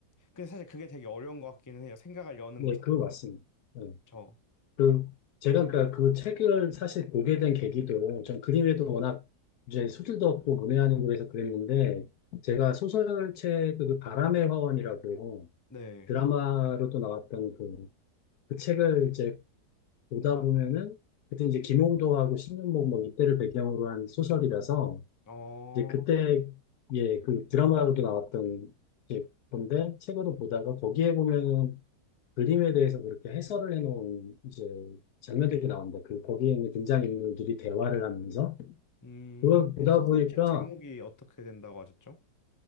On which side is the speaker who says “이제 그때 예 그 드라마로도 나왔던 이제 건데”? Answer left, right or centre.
Left